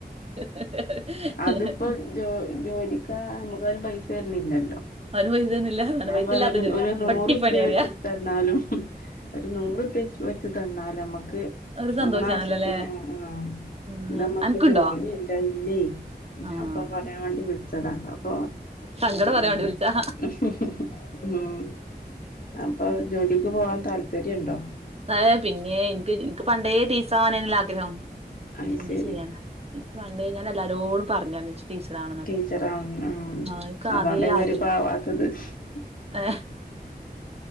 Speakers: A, on the right; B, on the left.
A: <inaudible>
B: അതിപ്പോ ജോ ജോലിക്ക നമുക്കാരും പൈസ തര്ന്നില്ലല്ലോ.
A: അവന് പൈസയൊന്നുല്ല അതാണ്
B: ഞാൻ
A: പൈസ
B: പറ്യ
A: ഇല്ലാത്ത ജോലി
B: ഒരു നൂറുപ്യ
A: പട്ടിപ്പണി
B: വച്ച്ട്ട്
A: അറിയാ
B: തന്നാലും. ഒരു നൂറുപ്യ വെച്ച് തന്നാലും നമ്മുക്ക്
A: ഒരു സന്തോഷാണല്ലോല്ലേ
B: നമ്മളെ ആവശ്യത്തിന് ആഹ്
A: ഉം
B: ഇന്നമ്മക്ക്
A: അനക്കുണ്ടോ
B: ജോലി ഇല്ല ഇല്ലെ. ഞാൻ
A: ആഹ്
B: ഇപ്പ അത് പറയാൻ വേണ്ടി വിൾച്ചതാ. അപ്പൊ.
A: സങ്കടം പറയാൻ
B: ഉം
A: വേണ്ടി വിളിച്ചാ
B: <inaudible> ഉം ഇപ്പൊ ജോലിക്ക് പോകാൻ താല്പര്യംണ്ടോ.
A: <unintelligible> ഹാ പിന്നേ ഇൻക്ക് ഇൻക്ക് പണ്ടേ ടീച്ചറാവാനെല്ലേ <unintelligible> ആഗ്രഹം. പക്ഷെ
B: അയ്
A: എന്ത്
B: ശരി
A: ചെയ്യാനാ. ഇൻക്ക് പണ്ടേ ഞാൻ എല്ലാരോടും പറഞ്ഞാ <unintelligible> ടീച്ചറാവണംന്നൊക്കെ.
B: ടീച്ചറാണ് ഉം
A: ആഹ് ഇൻക്കാദ്യേ
B: അതോണ്ടേക്കാരം
A: ആഗേനു.
B: <unintelligible>
A: <inaudible> യെ